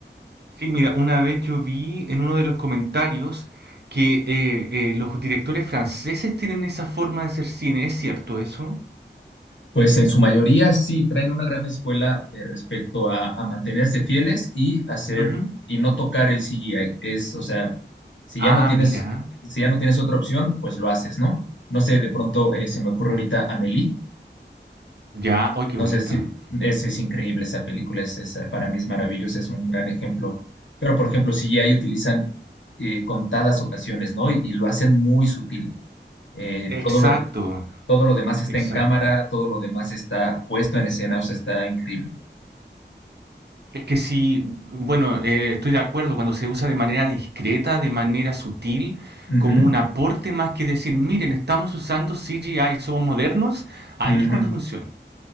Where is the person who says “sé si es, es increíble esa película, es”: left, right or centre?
Left